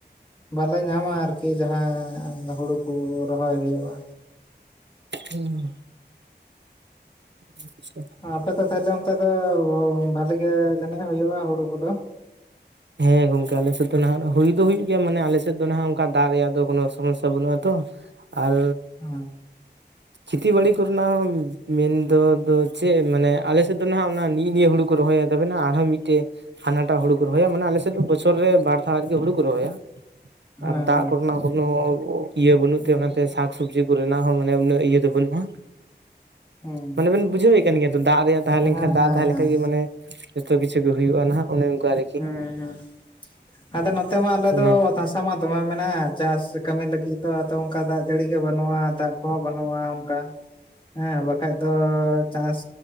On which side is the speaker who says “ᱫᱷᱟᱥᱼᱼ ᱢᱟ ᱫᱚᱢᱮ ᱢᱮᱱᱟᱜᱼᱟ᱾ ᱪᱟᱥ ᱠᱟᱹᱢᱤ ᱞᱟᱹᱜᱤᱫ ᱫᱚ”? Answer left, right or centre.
Left